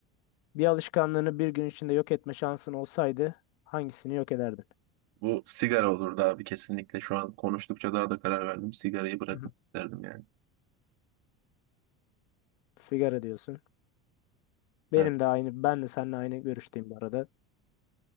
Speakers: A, on the left; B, on the right.
A: Bir alışkanlığını bir gün içinde yok etme şansın olsaydı hangisini yok ederdin?
B: Bu sigara olurdu abi kesinlikle. Şu an konuştukça daha da karar verdim. Sigarayı bırakmak
A: Hı hı.
B: isterdim yani.
A: Sigara diyorsun. Benim
B: Evet,
A: de aynı, ben de seninle aynı görüşteyim bu arada.